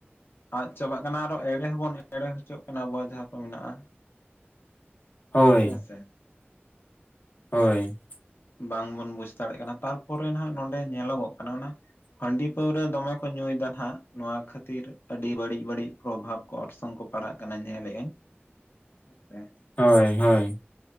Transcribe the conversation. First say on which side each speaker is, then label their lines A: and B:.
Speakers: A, on the left; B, on the left.
A: ᱟᱫ ᱪᱟᱵᱟᱜ ᱠᱟᱱᱟ ᱟᱨᱚ ᱮᱲᱮ ᱦᱚᱸᱵᱚᱱ ᱮᱲᱮ ᱦᱚᱪᱚᱜ ᱠᱟᱱᱟ ᱟᱵᱚᱣᱟᱜ ᱡᱟᱦᱟᱸ ᱠᱚ ᱢᱮᱱᱟᱜᱼᱟ᱾
B: ᱦᱳᱭ
A: ᱦᱮᱸ ᱥᱮ
B: ᱦᱳᱭ
A: ᱵᱟᱝᱵᱚᱱ ᱵᱩᱡᱽ ᱫᱟᱲᱮᱭᱟᱜ ᱠᱟᱱᱟ ᱛᱟᱨᱯᱚᱨᱮ ᱱᱟᱜ ᱱᱚᱰᱮ ᱧᱮᱞᱚᱜᱚᱜ ᱠᱟᱱᱟ ᱚᱱᱟ᱾ ᱦᱟᱺᱰᱤ ᱯᱟᱹᱣᱨᱟᱹ ᱫᱚᱢᱮ ᱠᱚ ᱧᱩᱭᱫᱟ ᱱᱟᱜ ᱱᱚᱣᱟ ᱠᱷᱟᱹᱛᱤᱨ ᱟᱹᱰᱤ ᱵᱟᱹᱲᱤᱡ ᱵᱟᱹᱲᱤᱡ, ᱯᱨᱚᱵᱷᱟᱵᱽ ᱠᱚ ᱚᱨᱥᱚᱝ ᱠᱚ ᱯᱟᱲᱟᱜ ᱠᱟᱱᱟ ᱧᱮᱞ ᱟᱹᱧ ᱦᱮᱸ ᱥᱮ
B: ᱦᱳᱭ ᱦᱳᱭ